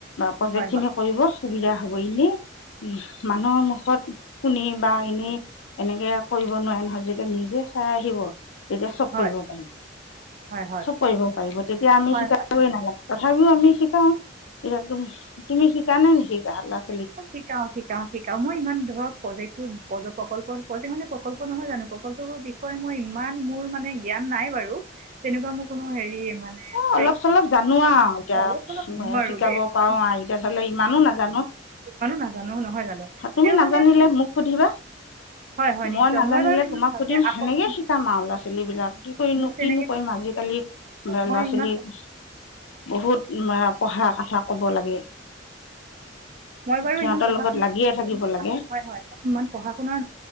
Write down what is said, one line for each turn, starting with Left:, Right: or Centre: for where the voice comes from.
Left: প্ৰজেক্ট
Right: হয় হয়
Left: খিনি কৰিব সুবিধা ভাবো এনে, উ! মানুহৰ মুখত শুনি বা এনে এনেকে কৰিব নোৱাৰে নহয়। যেতিয়া নিজে চাই আহিব! তেতিয়া
Right: হয়
Left: চব কৰিব পাৰিম!
Right: হয়
Left: চব কৰিব পাৰিব। এতিয়া
Right: হয়
Left: অমি শিকাব
Right: হয় হয় হয়
Left: নালাগে। তথাপিও আমি শিকাও। এতিয়া তুমি। তুমি কি! ! <unintelligible>
Right: শিকাও, শিকাও, শিকাও মই ইমান ধৰক প্ৰজেক্ট প্ৰজেক্ট মানে, প্ৰকল্প নহয় জানো। প্ৰকল্পৰ বিষয়ে মই ইমান, মোৰ মানে জ্ঞান নাই বাৰু তেনেকুৱা মোৰ কোনো হেৰি মানে
Left: অ'
Right: প্ৰেক
Left: অলপ চলপ জানো আৰু এতিয়া
Right: অঁ অলপ চলপ জানো আৰু
Left: শিকাব
Right: দেই মই
Left: পাৰোঁ আৰু এতিয়া ধৰিলক ইমানো নাজানো।
Right: ইমানো নাজানো নহয় জানো!
Left: তুমি
Right: তেওঁ
Left: নাজানিলে
Right: মানে
Left: মোক সুধিবা
Right: হয় হয়
Left: মই
Right: নিশ্চয়
Left: নাজানিলে
Right: বাৰু ইমান
Left: তোমাক
Right: ভালকৈ
Left: সুধিম।
Right: আখৰো
Left: সেনেকে
Right: চিনি-
Left: শিকাম আৰু ল'ৰা ছোৱালী বিলাক কি কৰিনো,
Right: মই তেনেকৈ
Left: কিনো কৰিম আজিকালি। <unintelligible> ল'ৰা
Right: মই
Left: ছোৱালীক
Right: ইমান
Left: প বহুত পঢ়াৰ কথা ক'ব লাগে।
Right: মই বাৰু
Left: সিহঁতৰ
Right: ইমান পঢ়া
Left: লগত
Right: শুনা
Left: লাগিয়ে থাকিব
Right: ইমান
Left: লাগে
Right: পঢ়া শুনা নহয়। ইমান পঢ়া শুনা